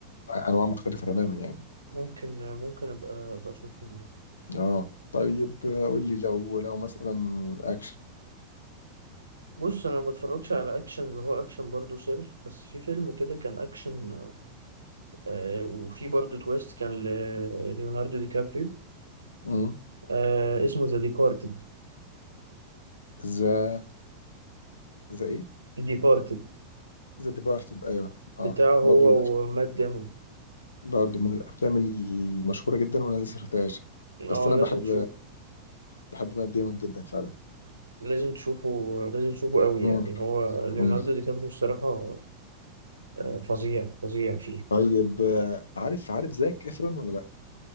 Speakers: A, on the left; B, on the right.
A: انواع مختلفه تماما يعني
B: ممكن ممكن ابقى ابقى اشوفهم
A: اه طيب آه، قول لي لو لو مثلا اكشن
B: بص انا ما بتفرجش على اكشن اللي هو اكشن برضه صرف بس في فيلم كده كان اكشن آه وفي برضه تويست كان ليوناردو دي كابريو
A: امم
B: آه اسمه ذا ديبارتد
A: ذا ذا ايه
B: ديبارتد
A: ذا ديبارتد ايوه
B: بتاعه
A: اه
B: هو
A: برضو
B: ومات ديمون
A: برضو من الافلام المشهوره جدا وانا لسه شفتهاش بس
B: اه
A: انا
B: لازم
A: بحب
B: تشوفه
A: بحب مات ديمون جدا فعلا
B: لازم تشوفه لازم تشوفه قوي
A: امم
B: يعني هو ليوناردو
A: امم
B: دي كابريو الصراحة آه فظيع فظيع فيه
A: طيب آه، عارف عارف زاك افرون ولا لا